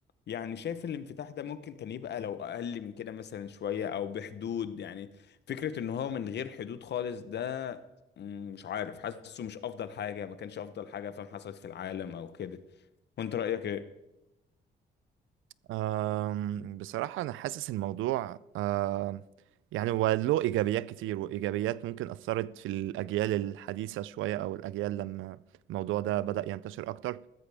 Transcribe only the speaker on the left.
يعني شايف الانفتاح ده ممكن كان يبقى لو أقل من كده مثلا شوية أو بحدود يعني فكرة إن هو من غير حدود خالص ده مم، مش عارف حاسه مش أفضل حاجة ما كانش أفضل حاجة فاهم حصلت في العالم أو كده وأنت رأيك إيه؟